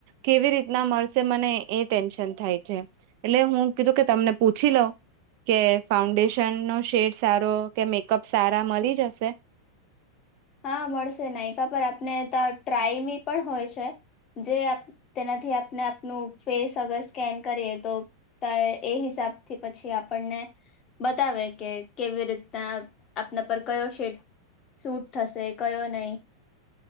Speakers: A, on the right; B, on the left.
A: કેવી રીતના મળશે મને, એનું ટેન્શન થાય છે. એટલે હું કીધું કે તમને પૂછી લઉં કે ફાઉન્ડેશન. ફાઉન્ડેશન શેડ સારો કે મેકપ સારા મલી જશે?
B: હા, મળશે નાયકા પર આપને તો ટ્રાય બી પણ હોય છે જે આપ તેનાથી આપને આપણો ફેસ અગર સ્કેન કરે તો. તા એ હિસાબથી પછી આપણને. બતાવે કે કેવી રીતના આપણા પર કયો શેડ સૂટ થશે કયો નહીં.